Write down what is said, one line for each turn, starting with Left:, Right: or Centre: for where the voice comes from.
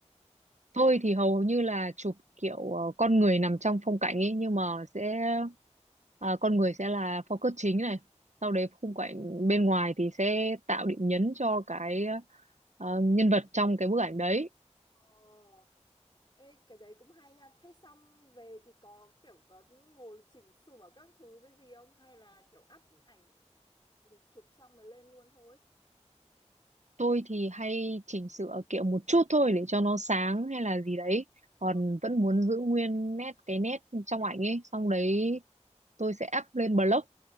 Right: tôi thì hầu như là chụp kiểu ờ, con người nằm trong phong cảnh ấy nhưng mà sẽ ờ, con người sẽ là focus chính này sau đấy khung cảnh bên ngoài thì sẽ tạo điểm nhấn cho cái ờ, nhân vật trong cái bức ảnh đấy
Left: Ồ, ê, cái đấy cũng hay nha. Thế xong về thì có kiểu có ngồi chỉnh sửa các thứ với gì không? Hay là kiểu up ảnh mình chụp xong rồi lên luôn thôi?
Right: Tôi thì hay chỉnh sửa kiểu một chút thôi để cho nó sáng hay là gì đấy.
Left: Ờ.
Right: Còn vẫn muốn giữ nguyên nét cái nét trong ảnh ấy. Xong đấy tôi sẽ up lên blog.